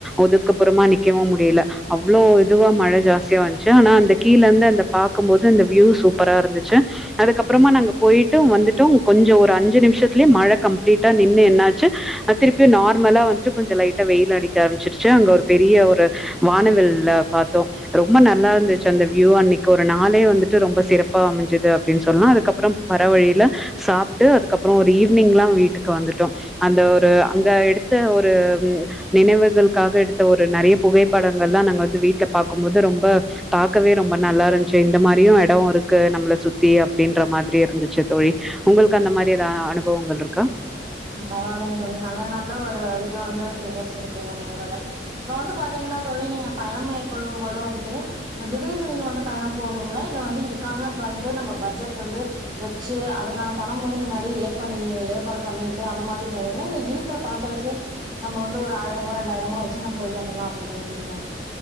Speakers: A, in the centre; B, on the right.
A: ஒதுக்குப்புறமா நிக்கவு முடியல அவ்ளோ இதுவா மழை ஜாஸ்தியா வந்துச்சு ஆனா அந்த கீழந்து அந்த பாக்கும் போது இந்த வியூ சூப்பரா இருந்து ச்சு அதுக்கப்புறமா நாங்க போயிட்டு வந்துட்டோ கொஞ்ச ஒரு அஞ்சு நிமிஷத்துலயே மழை கம்ப்ளீட்டா நின்னு என்னாச்சு திருப்பி நார்மலா வந்துட்டு கொஞ்ச லைட்டா வெயில் அடிக்க ஆரம்பச்சிருச்சு அங்க ஒரு பெரிய ஒரு வானவில்ல பாத்தோ ரொம்ப நல்லா இருந்துச்சு அந்த வியூ அன்னைக்கு ஒரு நாளே வந்துட்டு ரொம்ப சிறப்பா அமை அப்டின்னு சொல்லா அதுக்கப்புறம் வர வழியில சாப்ட்டு அதுக்கப்புற ஒரு ஈவ்னிங்ல்லா வீட்டுக்கு வந்துட்டோ அந்த ஒரு அங்க எடுத்த ஒரு நினைவுகளுக்காக எடுத்த ஒரு நறைய புகைப்படங்கள்லா நாங்க வந்து வீட்ல பாக்கும்போது ரொம்ப பாக்கவே ரொம்ப நல்லா இருந்துச்சு இந்த மாரியு எடோ இரு க்கு நம்மள சுத்தி அப்டின்ற மாதிரி இருந்துச்சு தோழி உங்களுக்கு அந்த மாரி ஏதா அனுபவங்கள் இருக்கா
B: பரவாயில்லைங்க தோழி நல்ல நல்ல ஒரு இது வந்து சேகரிச்சிருக்கீங்க நினைவுகள் இப்ப வந்து பாத்தீங்கன்னாதோழி நீங்க பயணம் மேற்கொள்ளும் போது வந்துட்டு திடீர்னு நீங்க வந்து பயணம் போவீங்களா இல்ல வந்து இதுக்கான வந்து நம்ம பட்ஜெட் வந்து வெச்சு அதுக்கான பணம் வந்து முன்னாடியே ஏற்பண்ணி ஏ ற்பாடு பண்ணிட்டு அந்த மாதிரி போவீங்களா இல்ல இருக்கிற பணத்தை வெச்சே நம்ம வந்து ஒரு ஆயிரமோ ரெண்டாயிரமோ வெச்சு நம்ம போயிட்டு வந்துக்கலா அப்டின் நெனப்பீங்களா